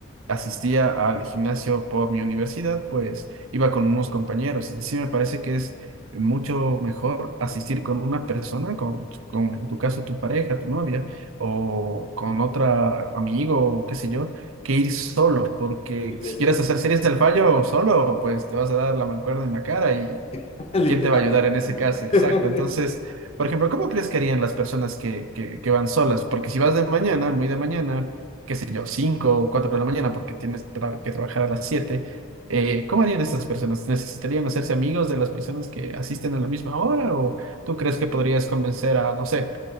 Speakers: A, on the right; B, on the left.
A: asistía al gimnasio por mi universidad, pues iba con unos compañeros y sí me parece que es mucho mejor asistir con una persona, con, con en tu caso tu pareja, tu novia o con otra amigo o qué sé yo, que ir solo, porque
B: Mil
A: si
B: veces,
A: quieres hacer series del fallo solo, pues te vas a dar la mancuerna en la cara y
B: <laughs> literal.
A: ¿quién te va a ayudar en ese caso? Exacto,
B: <laughs>
A: entonces... Por ejemplo, ¿cómo crees que harían las personas que, que, que van solas? Porque si vas de mañana, muy de mañana, qué sé yo, 5 o 4 de la mañana porque tienes tra- que trabajar a las siete eh, ¿cómo harían estas personas? ¿Necesitarían hacerse amigos de las personas que asisten a la misma hora? ¿O tú crees que podrías convencer a, no sé,